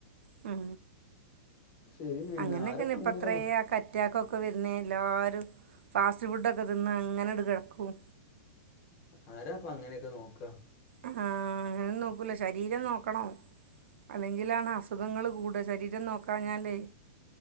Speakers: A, on the right; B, on the left.
A: മ്
B: ശരി തന്നെയാണ്
A: അങ്ങനെക്കന്നെ
B: ആരാപ്പം
A: ഇപ്പൊ
B: അങ്ങനെയൊക്കെ
A: അത്രേ
B: നോ
A: ആൾക്കാ അറ്റാക്കൊക്കെ വരുന്നേ എല്ലാവരും ഫാസ്റ്റ് ഫുഡൊക്കെ തിന്ന് അങ്ങനെണ്ട് കിടക്കും
B: ആരാപ്പോ അങ്ങനെയൊക്കെ നോക്കാ
A: ആഹ് അങ്ങനെന്നും നോക്കൂല ശരീരം നോക്കണം അല്ലെങ്കിലാണ് അസുഖങ്ങള് കൂടാ ശരീരം നോക്കാഞ്ഞാലെയ്